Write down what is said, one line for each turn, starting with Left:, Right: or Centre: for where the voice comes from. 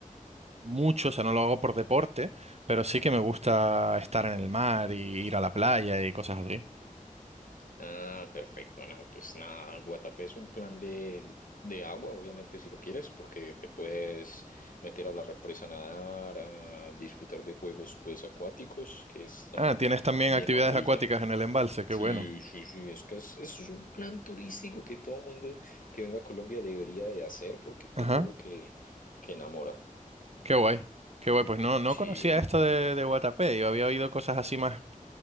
Right: mucho, o sea, no lo hago por deporte, pero sí que me gusta estar en el mar y ir a la playa y cosas así.
Left: Ah, perfecto. No, pues nada, Guatapé es un plan de, de agua, obviamente, si lo quieres, porque te puedes meter a la represa a nadar, a disfrutar de juegos, pues, acuáticos que están
Right: Ah, tienes también
Left: de
Right: actividades
Left: maravilla.
Right: acuáticas en el embalse, qué
Left: Sí,
Right: bueno.
Left: sí, sí, es que es, eso es un plan turístico que todo mundo que venga a Colombia debería de hacer, porque te
Right: Ajá.
Left: juro que, que enamora.
Right: Qué guay, qué guay. Pues no, no
Left: Sí.
Right: conocía esto de, de Guatapé. Yo había oído cosas así más,